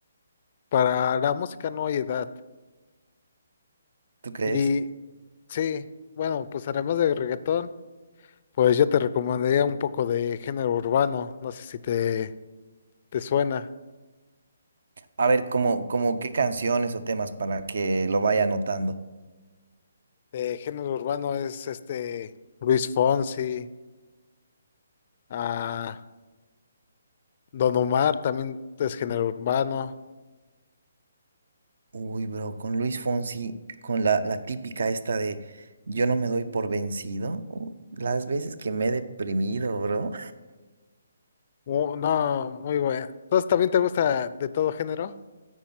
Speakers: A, on the left; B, on the right.
A: para la música no hay edad.
B: ¿Tú crees?
A: Y sí, bueno, pues además del reggaetón. Pues yo te recomendaría un poco de género urbano, no sé si te, te suena.
B: A ver, como, como qué canciones o temas para que lo vaya anotando.
A: De género urbano es este Luis Fonsi, ah, Don Omar también es género urbano.
B: Uy, bro, con Luis Fonsi, con la, la típica esta de yo no me doy por vencido. uh, las veces que me he deprimido, bro.
A: Mu- no, muy bueno. Entonces también te gusta de todo género,